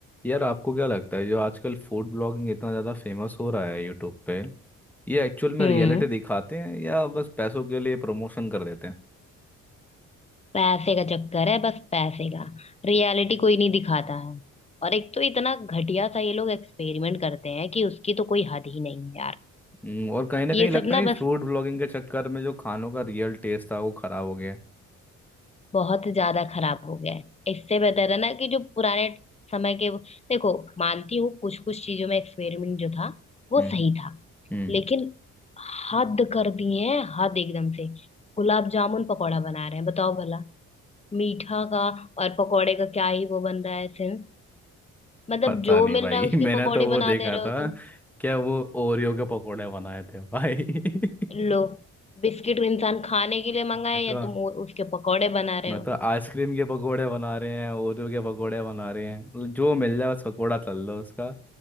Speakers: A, in the centre; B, on the left.
A: यार आपको क्या लगता है जो आजकल फूड ब्लॉगिंग इतना ज़्यादा फेमस हो रहा है यूट्यूब पे ये एक्चुअल में
B: हम्म
A: रियलिटी दिखाते हैं या बस पैसों के लिए प्रमोशन कर देते हैं
B: पैसे का चक्कर है बस पैसे का रियलिटी कोई नहीं दिखाता है और एक तो इतना घटिया सा ये लोग एक्सपेरिमेंट करते हैं कि उसकी तो कोई हद ही नहीं है यार
A: हम्म, और कहीं ना
B: ये
A: कहीं लगता
B: सब
A: नहीं
B: ना
A: फूड
B: बस
A: ब्लॉगिंग के चक्कर में जो खानों का रियल टेस्ट था वो खराब हो गया
B: बहुत ज्यादा खराब हो गया है इससे बेहतर है ना कि जो पुराने समय के देखो मानती हूँ कुछ कुछ चीजों में एक्सपेरिमेंट जो था वो
A: हम्म
B: सही था
A: हम्म
B: लेकिन हद कर दिए हैं हद एकदम से गुलाब जामुन पकौड़ा बना रहे हैं बताओ भला मीठा का और पकौड़े का क्या ही वो बन रहा है सेंस मतलब
A: पता
B: जो
A: नहीं
B: मिल
A: भाई
B: रहा है उसकी
A: <laughs> मैंने
B: पकौड़ी
A: तो वो
B: बना
A: देखा
B: दे रहे हो
A: था
B: तुम
A: क्या वो ओरियो के पकोड़े बनाए थे भाई <laughs>
B: लो बिस्किट इंसान खाने के लिए मंगाए
A: ये
B: या
A: तो
B: तुम वो- उसके पकौड़े बना रहे
A: मैं
B: हो
A: तो आइसक्रीम के पकोड़े बना रहे हैं ओरियो के पकोड़े बना रहे हैं जो मिल जाए बस पकोड़ा तल लो उसका